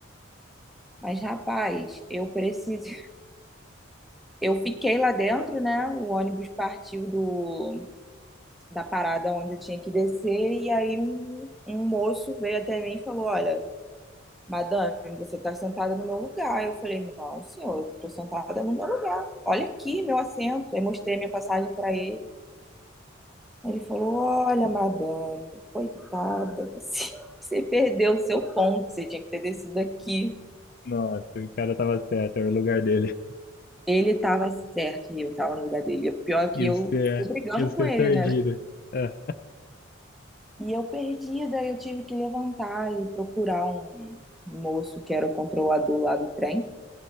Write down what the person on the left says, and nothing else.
Nossa, o cara tava certo, era o lugar dele. <laughs>
E
você,
e você
perdida.
É,